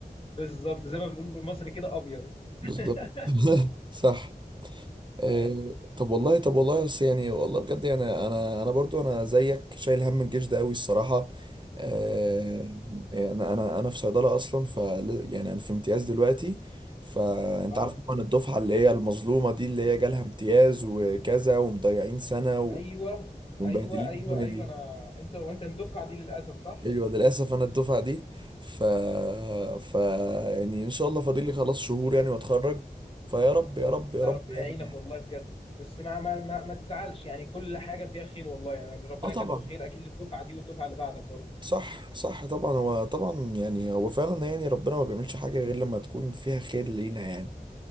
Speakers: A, on the left; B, on the right.
A: بالظبط زي ما بنقول بالمصري كده ابيض
B: بالظبط
A: <laughs>
B: <laughs> صح آه
A: ايوه
B: طب والله طب والله بس يعني والله بجد يعني انا انا برضو انا زيك شايل هم الجيش ده قوي الصراحة آه يعني انا انا انا في صيدلة اصلا ف يعني انا في امتياز دلوقتي فانت
A: اه
B: عارف طبعا الدفعة اللي هي المظلومة دي اللي هي جالها امتياز وكذا ومضيعين سنة و-
A: ايوه
B: ومبهدلين
A: ايوه ايوه
B: الدنيا
A: ايوه
B: دي
A: انا انت انت الدفعه دي للاسف صح؟
B: ايوه للاسف انا الدفعه دي ف ف يعني ان شاء الله فاضل لي خلاص شهور يعني واتخرج فيا رب يا رب يا
A: ده
B: رب
A: ربنا
B: يعني
A: يعينك والله بجد بس ما ما ما, ما تزعلش يعني كل حاجه فيها خير والله يعني ربنا
B: اه طبعا
A: كاتبه خير اكيد للدفعه دي والدفعه اللي بعدك برضه
B: صح صح طبعا هو طبعا يعني هو فعلا يعني ربنا ما بيعملش حاجه غير لما تكون فيها خير لينا يعني